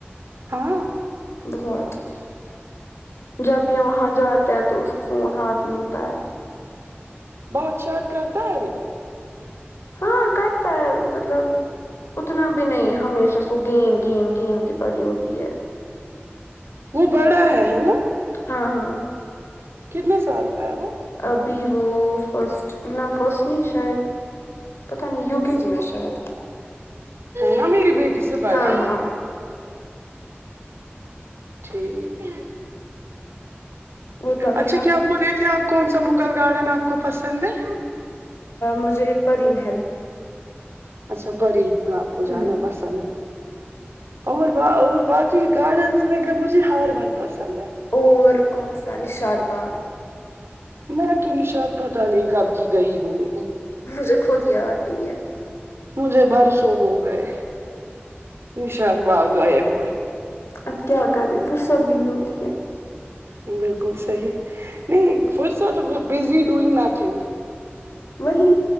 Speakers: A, on the right; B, on the left.
A: ہاں
B: بہت جب وہاں جاتا ہے تو اس کو فون ہاتھ میں ہوتا ہے
A: بات شات کرتا ہے وہ
B: ہاں کرتا ہے مطلب اتنا بھی نہیں ہمیشہ سو گیم گیم گیم کی پڑی ہوتی ہے
A: وہ بڑا ہے ہے نا
B: ہاں ہاں
A: کتنے سال کا ہے وہ
B: ابھی وہ فسٹ نہ فسٹ نہیں شاید پتہ نہیں یوک جی میں شاید
A: نا میری بیٹی سے بڑا
B: ہاں ہاں
A: ٹھیک
B: وہ بولیے
A: اچھا
B: آپ
A: کیا بول رہے تھے آپ کون سا مغل گارڈن آپ کو پسند ہے
B: مجھے پری محل
A: اچھا پری میں آپ کو جانا
B: ہوں
A: پسند ہے اور با اور باقی گارڈنز میں مجھے ہاروون پسند ہے
B: اور کون سا نشاط باغ
A: میں تو نشااد پتہ نہیں کب کی گئی ہوںی ہوں
B: مجھے خود یاد نہی ہے
A: مجھے برسوں ہو گئے نشان باغ گئے ہوئے
B: اب کیا کرے فرصت بھی نہیں ہوتی ہے
A: بالکل صحیح نہیں فرست بزی ڈوئنگ نتھنگ
B: وہی